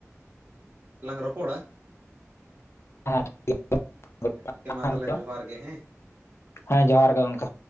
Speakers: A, on the right (about 35°); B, on the left (about 55°).
A: ᱞᱟᱝ ᱨᱚᱯᱚᱲᱟ᱾
B: ᱦᱮᱸ
A: ᱜᱚᱝᱠᱮ ᱢᱟ ᱛᱟᱦᱚᱞᱮ ᱡᱚᱦᱟᱨ ᱜᱮ
B: <inaudible>
A: ᱦᱮᱸ
B: ᱦᱮᱸ ᱡᱚᱦᱟᱨ ᱜᱮ ᱜᱚᱢᱠᱮ᱾